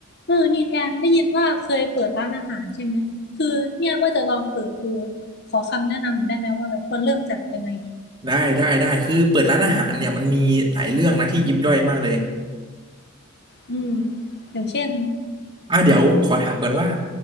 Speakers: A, on the left (about 55°); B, on the right (about 25°).
A: เออนี่แทนได้ยินว่าเคยเปิดร้านอาหารใช่ไหมคือเนี่ยว่าจะลองเปิดดูขอคำแนะนำหน่อยได้ไหมว่าแบบควรเริ่มจากยังไงดี
B: ได้ได้ได้คือเปิดร้านอาหารเนี่ยมันมีหลายเรื่องนะที่ยิบย่อยมากเลย
A: อืมอย่างเช่น
B: อ่ะเดี๋ยวขอถามก่อนว่า